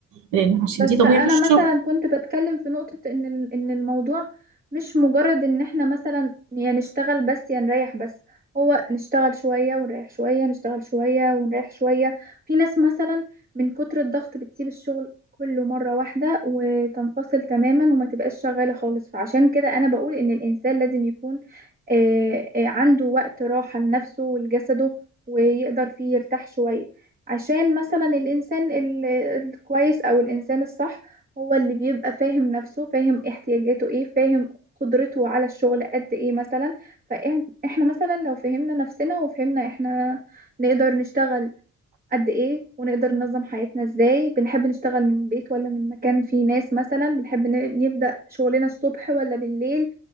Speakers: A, on the right; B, on the right.
A: لان عشان
B: بس
A: دي طبيعة
B: انا
A: الشغل
B: مثلا كنت بتكلم في نقطة ان ال- ان الموضوع مش مجرد ان احنا مثلا يا نشتغل بس يا نريح بس هو نشتغل شوية ونريح شوية نشتغل شوية ونريح شوية في ناس مثلا من كتر الضغط بتسيب الشغل كله مرة واحدة وتنفصل تماما وما تبقاش شغالة خالص فعشان كده انا بقول ان الانسان لازم يكون آه، آه، عنده وقت راحة لنفسه ولجسده ويقدر فيه يرتاح شوية عشان مثلا الإنسان ال- الكويس أو الإنسان الصح هو اللي بيبقى فاهم نفسه فاهم احتياجاته ايه فاهم قدرته على الشغل قد ايه مثلا فاحنا مثلا لو فهمنا نفسنا وفهمنا احنا نقدر نشتغل قد ايه ونقدر ننظم حياتنا ازاي بنحب نشتغل من البيت ولا من مكان فيه ناس مثلا بنحب ن- نبدأ شغلنا الصبح ولا بالليل